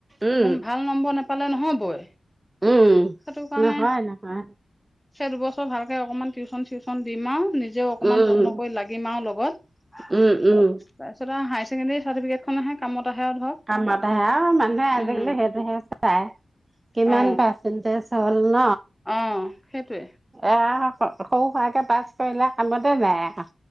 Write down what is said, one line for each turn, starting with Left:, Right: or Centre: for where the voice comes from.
Right: উম,
Centre: একম ভাল নম্বৰ নাপালে। পালে নহয় বৈ।
Right: উম।
Centre: সেইটো কাৰণে,
Right: নহয়, নহয়।
Centre: এবছৰ দুবছৰ ভালকে অকমান টিউ টিউচন দিম আৰু নিজেও অকমান
Right: উম,
Centre: যত্ন কৰি লাগিম আৰু লগত তাৰপিছত
Right: উম, উম।
Centre: আৰু হাই হাই চেকেণ্ডাৰী চাৰ্টিফিকেটখন আহে কামত আহে আৰু ধৰক
Right: কামত আহে আৰু মানুহে আজিকালি
Centre: উম
Right: সেইটোহে চাই। কিমান
Centre: অ
Right: পাৰ্চেণ্টেজ। ন,
Centre: অ সেইটোৱে
Right: অহ'। সৰু সুৰাকে পাছ কৰিলে কামতে নাই।